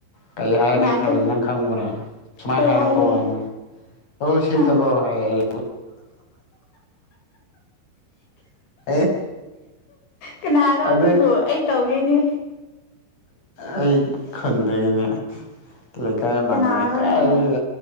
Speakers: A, on the left; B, on the left.
A: ꯀꯔꯤ ꯍꯥꯏꯒꯦ
B: ꯀꯅꯥ
A: ꯈꯥꯜ
B: ꯀꯩ
A: ꯅꯪ ꯈꯪꯕ꯭ꯔꯥ ꯁꯨꯃꯥꯏꯅ
B: ꯀꯩ
A: ꯍꯥꯏꯔꯛꯄ
B: ꯍꯥꯏꯒꯦ
A: ꯋꯥꯅꯦ꯫ ꯑꯣ ꯁꯤ
B: ꯑ
A: ꯇꯕꯣ ꯍꯥꯏ ꯑꯦ
B: ꯀꯅꯥꯅꯣ
A: ꯑꯗꯩ
B: ꯑꯗꯨꯕꯨ ꯑꯩ ꯇꯧꯒꯦꯅꯦ
A: ꯑꯩ ꯈꯨꯟꯗꯒꯤꯅꯦ ꯂꯩꯀꯥꯏ ꯃꯥꯟꯅꯩ
B: ꯀꯅꯥꯔꯣꯅꯦꯍꯦ
A: ꯀꯥꯏꯗꯒꯤ